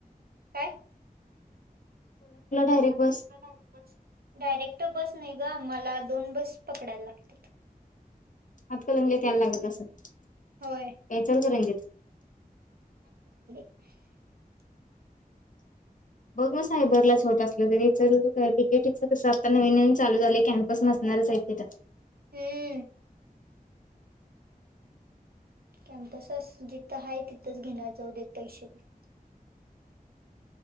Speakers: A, on the right; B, on the left.
A: काय?
B: डायरेक्ट
A: कोल्हापूरला
B: बस
A: डायरेक्ट बस डायरेक्ट क्ट बस नाही ग आम्हाला दोन बस पकडायला लागतात.
B: हातकलंगडे त यायला लागत असेल, काय
A: होय
B: इचलकरंजीत
A: <inaudible>
B: बघ ना सायबरलाच होत असलं तर <unintelligible> डि, के, टी च कसं आता नवीन नवीन चालू झालय कॅम्पस नसणार साहित्य त्यात
A: हम्म कॅम्पस अस जिथं हाय तिथंच घेणार जाऊ देत पैसे पण